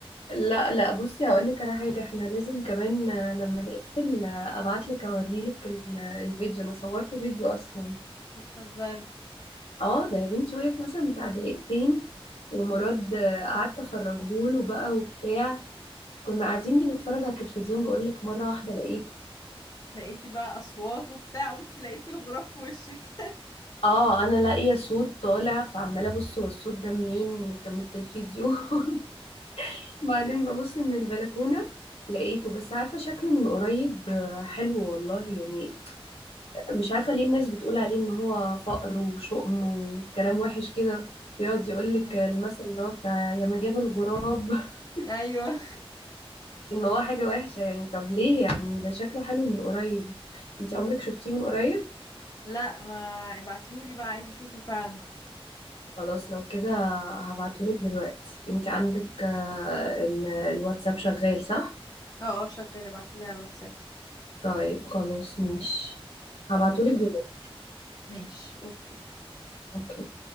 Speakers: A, on the left; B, on the left.
A: لا لا بصي هقول لك على حاجه احنا لازم كمان آه، لما نقفل ابعت لك اوري لك الفيديو انا صورته فيديو اصلا
B: بتهزري
A: اه ده يا بنتي وقف مثلا بتاع دقيقتين ومراد آه، قعدت افرجهوله بقى وبتاع كنا قاعدين بنتفرج على التلفزيون بقول لك مره واحده لقيته
B: لقيتي بقى اصوات وبتاع قمت لقيتي الغراب في وشك <laughs>
A: اه انا لاقيه صوت طالع فعماله ابص هو الصوت ده منين يمكن من التلفزيون <laughs> بعدين ببص من البلكونه لقيته بس عارفه شكله من قريب آه، حلو والله يعني مش عارفه ليه الناس بتقول عليه ان هو فقر وشؤم وكلام وحش كده بيقعد يقول لك
B: مم.
A: المثل اللي هو بتاع يا ما جاب الغراب <laughs>
B: ايوه
A: ان هو حاجه وحشه يعني طب ليه يعني ده شكله حلو من قريب انت عمرك شفتيه من قريب
B: لا ما ابعتيهولي بقى عايزه اشوفه فعلا
A: خلاص لو كده هبعتهولك دلوقتي انت عندك آه، ال- الواتساب شغال صح؟
B: اه اه شغال ابعتيلي على الواتساب
A: طيب خلاص ماشي
B: خلاص
A: هبعتهولك دلوقتي
B: ماشي اوكي
A: اوكي